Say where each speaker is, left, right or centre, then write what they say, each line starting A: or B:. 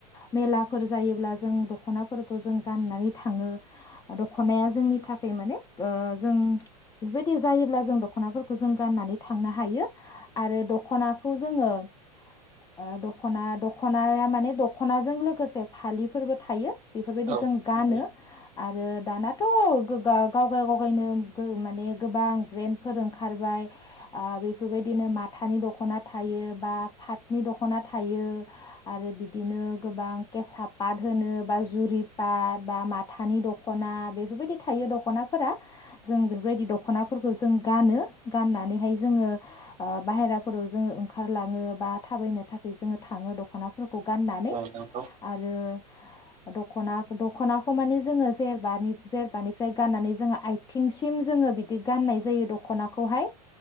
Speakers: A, on the left (about 20°); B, on the right (about 30°).
A: मेलाफोर जायोब्ला जों दख'नाफोर खो जों गाननानै थाङो दख'नाया जोंनि थाखाय माने ओ जों बेफोरबायदि जायोब्ला जों दख'नाफोरखौ जों गाननानै थांनो हायो आरो दख'नाखौ जोङो ओ दख'ना दख'नाया माने दख'नाजों लोगोसे फालिफोरबो थायो बेफोरबायदि
B: औ
A: जों गानो
B: नंगौ
A: आरो दानाथ' गोगा गावगाव गावगायनो गो माने गोबां ब्रेन्डफोर ओंखारबाय ओरो इफोरबायदिनो माथानि दख'ना थायो बा फाथनि दख'ना थायो आरो बिदिनो गोबां केसा पात होनो बा जुरिपा बा माथानि दख'ना बेफोरबायदि थायो दख'नाफोरा जों बेफोरबायदि दख'नाफोरखौ जों गानो गाननानैहाय जोङो ओ बाहेरा फोराव जोङो ओंखारलाङो बा थाबायनो थाखोय जोङो थाङो दख'नाफोर खौ गाननानै
B: औ नंगौ
A: आरो ख'ना दख'नाखौ माने जोङो जेरबानि जेरबानिफ्राय गाननानै जोङो आइथिंसिम जोङो बिदि गाननाय जायो दख'नाखौहाय